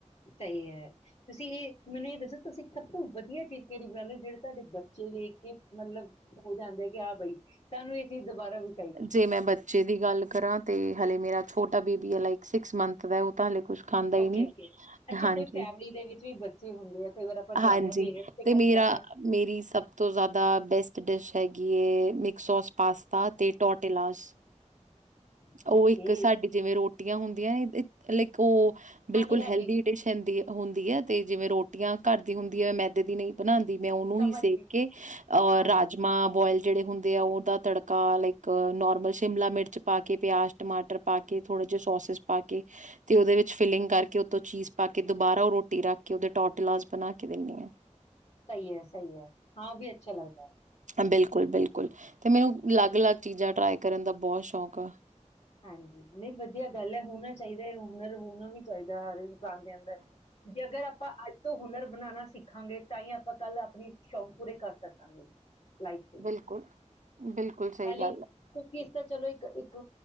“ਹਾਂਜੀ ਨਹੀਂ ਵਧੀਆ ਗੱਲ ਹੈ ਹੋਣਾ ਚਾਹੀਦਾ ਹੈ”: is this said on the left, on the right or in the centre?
Left